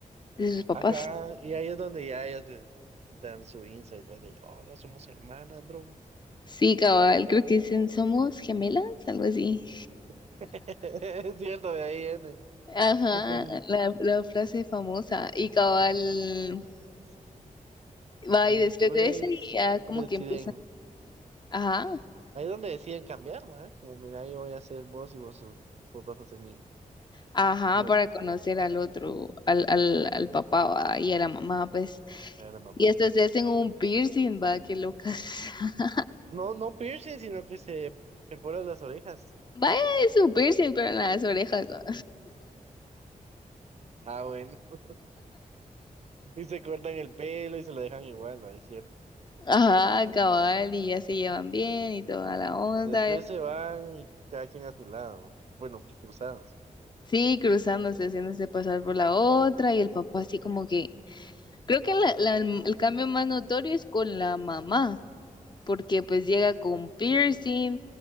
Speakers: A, on the left; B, on the right.
A: de sus papás.
B: Ajá, y ahí es donde ya ellas se dan su insight, güey, de, hola, somos hermanas, bro.
A: Sí, cabal, creo que dicen somos gemelas, algo así.
B: <laughs> Es cierto, de ahí viene.
A: Ajá,
B: <laughs>
A: la, la frase famosa. Y cabal,
B: Somos gemelas.
A: va
B: Y
A: y
B: después
A: después de ese ya
B: deciden.
A: como que empiezan, ajá,
B: Ahí es donde deciden cambiar, ma, Como, mira, yo voy a ser vos y vos, sos- vos vas a ser mí.
A: ajá,
B: Y yo,
A: para conocer al otro, al, al, al papá va, y a la mamá, pues.
B: no te fuera mamá.
A: Y hasta se hacen un piercing, va, qué locas. <laughs>
B: No, no piercing, sino que se perforan las orejas.
A: Vaya, es un piercing, pero en las orejas, va.
B: Ah, bueno. <laughs> Y se cortan el pelo y se lo dejan igual, va, es cierto.
A: Ajá, cabal, y ya se llevan bien y toda la onda.
B: Después se van y cada quien a su lado. Bueno, que cruzados.
A: Sí, cruzándose, haciéndose pasar por la otra y el papá así como que... Creo que la- la- el el cambio más notorio es con la mamá, porque pues llega con piercing,